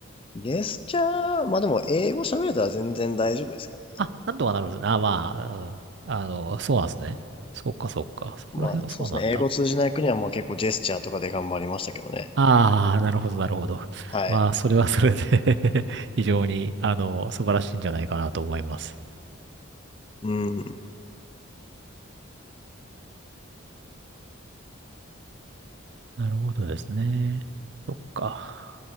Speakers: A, on the left; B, on the right.
A: ジェスチャー、まあでも英語喋れたら全然大丈夫ですけどね。
B: あ、なんとかなる。あ、まあ、うん。あの、そうなんですね。そっかそっか。そこら辺はそうなんだ。
A: まあそうですね。英語通じない国はまあ結構ジェスチャーとかで頑張りましたけどね。
B: ああ、なるほど、なるほど。
A: はい。
B: まあ、それはそれで <laughs> 非常に、あの、素晴らしいんじゃないかなと思います。
A: うん。
B: なるほどですね。そっか。